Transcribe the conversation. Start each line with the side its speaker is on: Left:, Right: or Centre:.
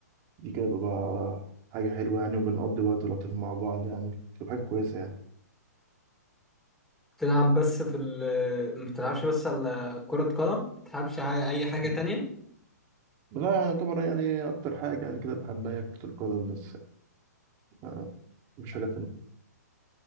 Right: دي كده بتبقى حاجة حلوة يعني وبنقضي وقت لطيف مع بعض يعني بتبقى حاجة كويسة يعني
Centre: بتلعب بس في ال ما بتلعبش بس على كرة قدم؟ ما بتلعبش ح- أي حاجة
Right: مم.
Centre: تانية؟
Right: لا يعني يعتبر يعني اكتر حاجة يعني كده بحبها هي كرة القدم بس آه، مش حاجة تانية